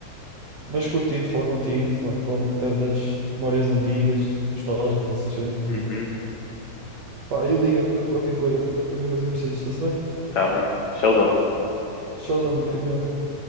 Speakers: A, on the right (about 80°); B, on the left (about 75°).
A: Mas curti de falar contigo, pá, falar-me um bocado das memórias antigas, nostálgicas, essas cenas
B: Uhum.
A: e, pá, e liga, pá, qualquer coisa, qualquer coisa que precises, está-se bem?
B: Tá, mano. Tchauzão.
A: Tchauzão, mano, fica bem.